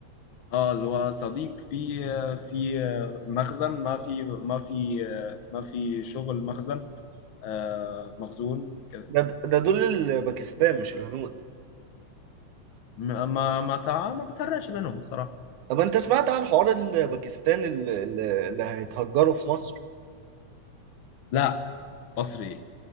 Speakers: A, on the left; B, on the right.
A: اه اللي هو صديق في في مخزن ما في ما في ما في شغل مخزن آه مخزون كده
B: ده ده دول الباكستان مش الهنود
A: ما ما ما تع- ما بفرقش بينهم الصراحة
B: طب انت سمعت عن حوار الباكستان اللي, اللي هيتهجروا في مصر
A: لا مصر ايه